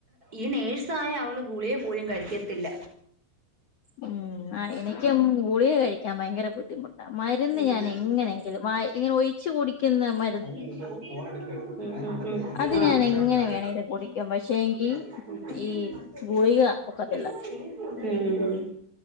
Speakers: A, on the right (about 20°); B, on the left (about 55°).
A: ഈ നേഴ്സായ അവള് ഗുളിക യെ പോലും കഴിക്കത്തില്ല
B: ഉം ആഹ് എനിക്ക് ഗുളിക കഴിക്കാൻ ഭയങ്കര ബുദ്ധിമുട്ടാ മരുന്ന്
A: ഉം
B: ഞാൻ എങ്ങനെ ഇങ്ങനെ ഒഴിച്ച് കുടിക്കുന്ന മ
A: ഉം ഉം
B: അത് ഞാൻ എങ്ങനെ വേണേലും
A: ഉം
B: കുടിക്കും പക്ഷേങ്കി
A: ആ
B: ഈ ഗുളിക ഒക്കത്തില്ല
A: ഉം